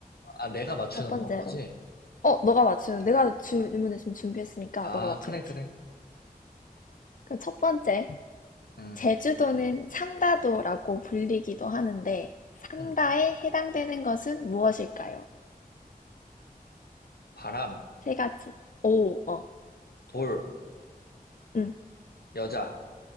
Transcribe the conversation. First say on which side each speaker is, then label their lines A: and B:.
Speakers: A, on the left (about 80°); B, on the left (about 60°).
A: 아, 내가 맞추는
B: 첫 번째로.
A: 건 거지?
B: 어, 너가 맞추는, 내가 질문을
A: 아,
B: 지금 준비했으니까
A: 아,
B: 너가 맞춰야지.
A: 그래, 그래.
B: 그럼 첫 번째,
A: 응,
B: 제주도는 삼다도라고 불리기도 하는데, 삼다에
A: 응.
B: 해당되는 것은 무엇일까요?
A: 바람,
B: 세 가지. 오, 어,
A: 돌,
B: 응.
A: 여자.